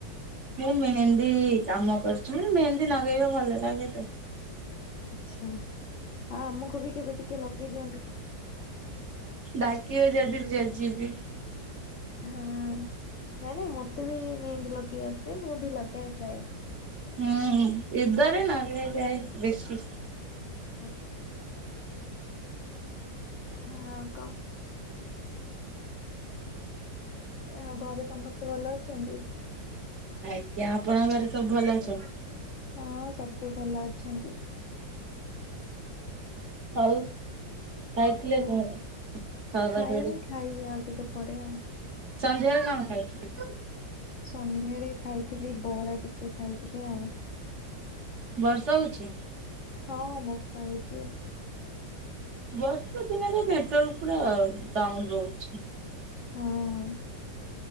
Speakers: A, on the right; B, on the left.
A: ମୁଁ ମେହେନ୍ଦୀ କାମ କରୁଛି ମାନେ ମେହେନ୍ଦୀ ନଗେଇବା ଭଲ ଲାଗେ ତ।
B: ଆଛା ହଁ ଆମକୁ ବି କେବେ ଟିକେ ଲଗେଇ ଦିଅନ୍ତୁ।
A: ଡାକିବ ଯଦି ଯ ଯିବି।
B: ହଁ ନାଇଁ ନାଇଁ ମତେ ବି ମେହେନ୍ଦୀ ଲଗେଇ ଆସେ ମୁଁ ବି ଲଗାଏ ପ୍ରାୟ।
A: ହୁଁ ଏାରେ ନଗାଏ ଯାଏ ବେଶି।
B: ଆଚ୍ଛା। ଆଉ କଣ? ଆଉ ଘରେ ସମସ୍ତେ ଭଲ ଅଛନ୍ତି।
A: ଆଜ୍ଞା ଆପଣଙ୍କ ଘରେ ସବୁ ଭଲ ଅଛନ୍ତୀ।
B: ହଁ ସବୁ ଭଲ ଅଛନ୍ତି।
A: ହଉ। ଖାଇଥିଲେ
B: ଆଉ
A: କଣ ଖରାବେଳେ?
B: ଖାଇନି ଖାଇବି ଆଉ ଟିକେ ପରେ ଆଉ।
A: ସନ୍ଧ୍ୟାରେ କଣ ଖାଇଥିଲେ?
B: ସନ୍ଧ୍ୟାରେ ଖାଇଥିଲି ବରା ଟିକେ ଖାଇଥିଲି ଆଉ।
A: ବର୍ଷା ହଉଛି।
B: ହଁ ହଁ ବର୍ଷା ହୋଉଚି।
A: ବର୍ଷା ଦିନରେ ନେଟୱାର୍କ ପୁରା ଡାଉନ ରହୁଛି।
B: ହଁ ହଁ!